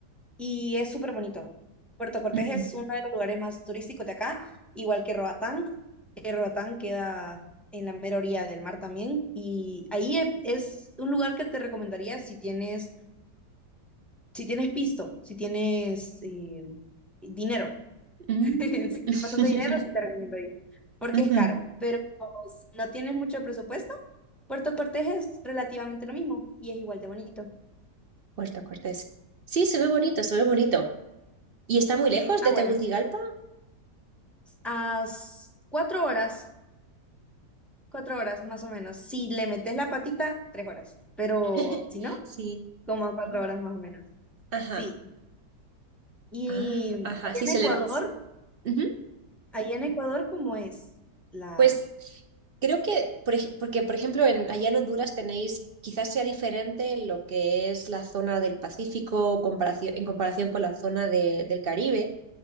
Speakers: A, in the centre; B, on the right (about 55°).
A: Y es súper bonito. Puerto Cortés
B: Ujú.
A: es uno de los lugares más turísticos de acá, igual que Roatán. que Roatán queda en la mera orilla del mar también. Y ahí e- es un lugar que te recomendaría si tienes, si tienes pisto, si tienes eh, dinero. <laughs>
B: Mm.
A: Si tienes
B: <laughs>
A: bastante dinero, sí te recomiendo ir, porque
B: Ujú.
A: es caro. Pero si no tienes mucho presupuesto, Puerto Cortés es relativamente lo mismo y es igual de bonito.
B: Puerto Cortés. Sí, se ve bonito, se ve bonito. ¿Y está muy lejos
A: Ah,
B: de
A: bueno.
B: Tegucigalpa?
A: a s- cuatro horas, cuatro horas más o menos. Si le metes la patita, tres horas. Pero
B: <laughs>
A: si no,
B: Sí.
A: como a cuatro
B: Oh,
A: horas más o menos.
B: Ajá.
A: Sí. Y
B: Ah,
A: allá
B: ajá. Sí,
A: en
B: se
A: Ecuador,
B: le ve. Ujú.
A: allá en Ecuador, ¿cómo es la...
B: Pues creo que, por ej- porque por ejemplo, en, allá en Honduras tenéis, quizás sea diferente lo que es la zona del Pacífico comparación, en comparación con la zona de- del Caribe,